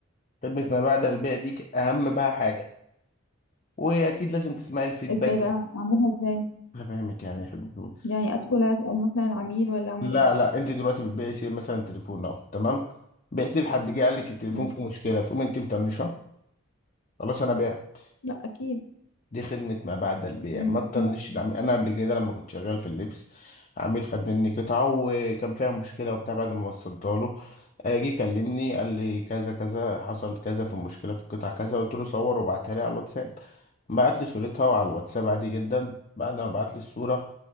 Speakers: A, on the left; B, on the left.
A: خدمة ما بعد البيع دي أهم بقى حاجة واكيد لازم تسمعي الفيدباك
B: ازاي
A: بتاع
B: بقى اعملها ازاي
A: انا فاهمك يعني يا أخي دكتور.
B: يعني ادخل اسال مثلا العميل ولا اعمل
A: لا
B: ايه
A: لا انت دلوقتي بتبيعي شيء مثلا تليفون اهو تمام بعتي لحد جه قال لك التليفون
B: امم
A: فيه مشكله تقوم انت مطنشه خلاص انا بعت
B: لا اكيد
A: دي خدمة ما بعد البيع
B: امم
A: ما تطنش
B: لا
A: العميل أنا قبل كده لما كنت شغال في اللبس عميل خد مني قطعة وكان فيها مشكلة وبتاع بعد ما وصلتها له آه، جه كلمني قال لي كذا كذا حصل كذا في المشكلة في القطعة كذا قلت له صور وبعتها لي على الواتساب بعت لي صورتها على الواتساب عادي جدا بعد ما بعت لي الصورة